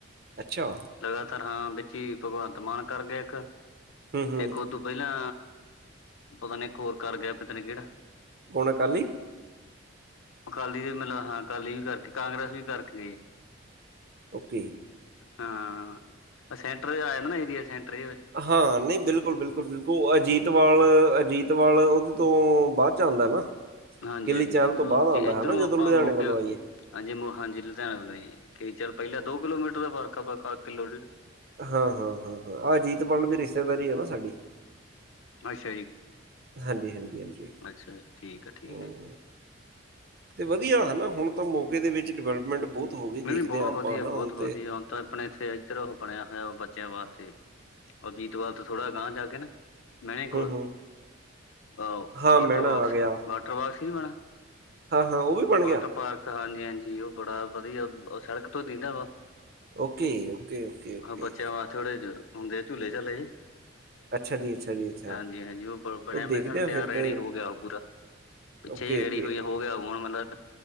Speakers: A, on the right (about 50°); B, on the left (about 75°).
A: ਅੱਛਾ।
B: ਤਰਾ-ਤਾਰ ਬਚੀ ਤੋ ਬਆਦ ਭਗਵੰਤ ਮਾਨ ਕਰ ਗਿਆ ਇੱਕ,
A: ਹੂੰ, ਹੂੰ
B: ਇੱਕ ਤੋਂ ਪਹਿਲਾਂ, ਪਤਾ ਨ ਇੱਕ ਹੋਰ ਕਰ ਗਿਆ ਪਤਾ ਨੀ ਕਿਹੜਾ
A: ਕੋਣ ਅਕਾਲੀ?
B: ਅਕਾਲੀ ਵੀ ਮੈਨੂੰ ਲੱਗਦਾ ਹਾਂ ਅਕਾਲੀ ਵੀ ਕਰਕੇ ਕਾਂਗਰਸ ਵੀ ਕਰਕੇ ਗਈ ਏ।
A: ਓਕੇ।
B: ਹਾਂ ਸੈਂਟਰ ਚ ਆ ਜਾਂਦਾ ਨਾ ਏਰੀਆ ਸੈਂਟਰ ਦੇ ਵਿੱਚ
A: ਹਾਂ ਨਈ ਬਿਲਕੁਲ- ਬਿਲਕੁਲ -ਬਿਲਕੁਲ ਅਜੀਤਵਾਲ
B: ਹੂੰ।
A: ਅਜੀਤ ਵਾਲ ਉਹਦੇ ਤੋਂ ਬਾਅਦ ਚ ਆਦਾ ਨਾ।
B: ਹਾਂਜੀ-
A: ਕਿਲੀ
B: ਹਾਂਜੀ
A: ਚਹਿਲ
B: ਅਜੀਤਵਾਲ
A: ਤੋਂ ਬਾਅਦ ਆਉਂਦਾ
B: ਜੇ ਇੱਧਰੋਂ
A: ਹੈ ਨਾ ਜਦੋਂ
B: ਆਪਾਂ
A: ਲੁਧਿਆਣੇ
B: ਮੋਗੇ
A: ਵੱਲੋਂ ਆਈਏ
B: ਹਾਂਜੀ ਮ ਹਾਂਜੀ ਲੁਧਿਆਣਾ ਵੱਲੋਂ ਜੀ ਕਈ ਚਾਰ ਪਹਿਲਾਂ ਦੋ ਕਿਲੋਮੀਟਰ ਦਾ ਫਰਕਾ ਬਾਕਾ ਕਿੱਲੋ ਡੇਢ
A: ਹਾਂ- ਹਾਂ -ਹਾਂ -ਹਾਂਹ ਅਜੀਤ ਬਾਲ ਵੀ ਰਿਸ਼ਤੇਦਾਰੀ ਆ ਨਾ ਸਾਡੀ।
B: ਅੱਛਾ ਜੀ।
A: ਹਾਂਜੀ- ਹਾਂਜੀ -ਹਾਂਜੀ।
B: ਅੱਛਾ ਠੀਕ ਆ ਠੀਕ
A: ਹੋ
B: ਆ
A: ਤੇ ਵਧੀਆ ਹਨ ਨਾ ਹੁਣ ਤਾਂ ਮੌਗੇ ਦੇ ਵਿੱਚ ਡਿਵੈਲਪਮੈਂਟ ਬਹੁਤ ਹੋ ਗਈ ਦੇਖਦੇ
B: ਨਈ -ਨਈ ਬਹੁਤ
A: ਹਾਂ ਆਪਾਂ
B: ਵਧੀਆ
A: ਹਨਾ
B: ਬਹੁਤ
A: ਹੁਣ
B: ਵਧੀਆ
A: ਤੇ
B: ਹੁਣ ਤਾਂ ਆਪਣੇ ਇੱਥੇ ਇੱਧਰ ਉਹ ਬਣਿਆ ਹੋਇਆ ਵਾ ਬੱਚਿਆਂ ਵਾਸਤੇ ਅਜੀਤਵਾਲ ਤਾਂ ਥੋੜਾ ਅਗਾਹ ਜਾ ਕੇ ਨਾ ਮੈਣੇ ਕੋਲ
A: ਹੂੰ ਹੂੰ
B: ਅ
A: ਹਾਂ
B: ਵਾਟਰ
A: ਮਹਿਣਾ
B: ਬੋਕਸ
A: ਆ ਗਿਆ
B: ਵਾਟਰ <unintelligible>
A: ਹਾਂ ਹਾਂ ਉਹ ਵੀ ਬਣ
B: ਵਾਟਰ
A: ਗਿਆ
B: ਪਾਰਕ ਹਾਂਜੀ -ਹਾਂਜੀ ਉਹ ਬੜਾ ਵਧੀਆ ਓ ਸੜਕ ਤੋਂ ਦੀਦਾ ਵਾ,
A: ਓਕੇ ਓਕੇ ਓਕੇ ਓਕੇ
B: ਅ ਬੱਚਿਆਂ ਵਾਸਤੇ ਥੋੜ ਜ ਹੁੰਦੇ ਝੂਲੇ -ਝਾਲੇ ਜੇ
A: ਅੱਛਾ ਜੀ ਅੱਛਾ ਜੀ ਅੱਛਾ
B: ਹਾਂਜੀ -ਹਾਂਜੀ ਉਹ ਬ ਬਣਿਆ ਮੈ
A: ਦੇਖਦੇ
B: ਖਾਹ
A: ਆ
B: ਤਿਆਰ
A: ਫਿਰ
B: ਰੈਡੀ
A: ਤੇ
B: ਹੋ ਗਿਆ ਉਹ ਪੂਰਾ ਪਿੱਛੇ
A: ਓਕੇ
B: ਜੇ
A: ਓਕੇ
B: ਰੈਡੀ ਈ ਹੋਈ ਏ, ਹੋ ਗਿਆ ਹੁਣ ਮਤਲਬ